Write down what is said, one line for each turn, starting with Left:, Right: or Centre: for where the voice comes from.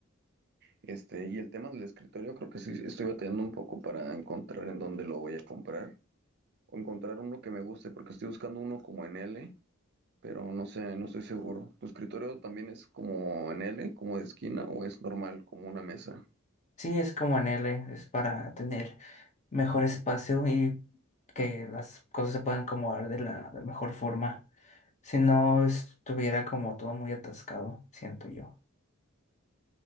Right: Este, y el tema del escritorio, creo que sí sí, estoy batallando un poco para encontrar en dónde lo voy a comprar o encontrar uno que me guste, porque estoy buscando uno como en L pero no sé, no estoy seguro. ¿Tu escritorio también es como en L, como de esquina, o es normal, como una mesa?
Left: Sí, es como en L, es para tener mejor espacio y que las cosas se puedan acomodar de la de mejor forma. Si no estuviera como todo muy atascado, siento yo.